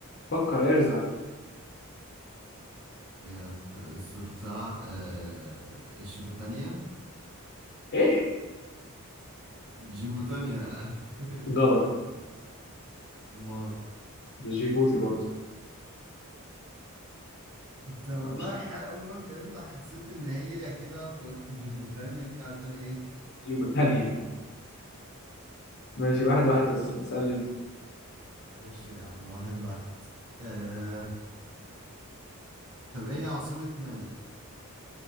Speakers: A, on the left; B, on the right.
A: فكر ارزع
B: آه... أفكر الزرزعة آه... الشبوتانية
A: ايش
B: جيبوا تاني يا <laughs>
A: غلط
B: ما
A: ده جيبوتي برضه
B: كنت والله
A: لا، مش عارف.
B: ح- أول ما قلت إرزا حسيت إن هي كده فقلت جيبوتانيا عشان إيه
A: جيبوتي تانية ماشي واحد واحد بس اسألني أنت
B: ماشي يا عم واحد واحد آه طب إيه هي عاصمة مالي؟